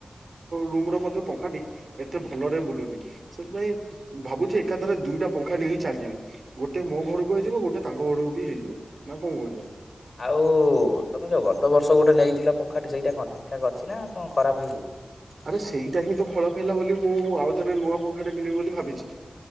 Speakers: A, on the right; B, on the left.
A: ରୁମର ମଧ୍ୟ ପଙ୍ଖାଟି ଏତେ ଭଲରେ ବୁଲୁନି। ସେଥିପାଇଁ ଭାବୁଚି ଏକାଥରେ ଦୁଇଟା ପଙ୍ଖା ନେଇ ଚାଲିଯିବି। ଗୋଟେ ମୋ ଘରକୁ ହେଇଯିବ ଗୋଟେ ତାଙ୍କ ଘରକୁ ବି ହେଇଯିବ, ନା କଣ କହୁଚ?
B: ଆଉ ତମେ ଯୋଉ ଗତ ବର୍ଷ ଗୋଟେ ନେଇଥିଲ ପଙ୍ଖାଟେ ସେଇଟା କଣ ଠି ଠିକ୍ ଠାକ୍ ଅଛିନା କଣ ଖରାପ୍ ହେଇଯାଇଛି?
A: ଆରେ ସେଇଟା ହିଁ ତ ଖରାପ ହେଲା ବୋଲି ମୁଁ ଆଉଥରେ ନୂଆ ପଙ୍ଖାଟେ କିଣିବି ବୋଲି ଭାବିଛି।